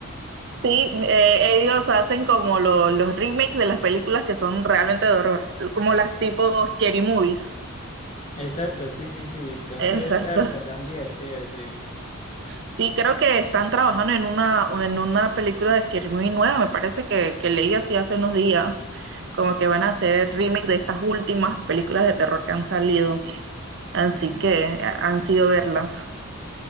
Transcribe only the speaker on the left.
Exacto, sí, sí, sí. Entonces,
ah, la verdad, divertidas, sí.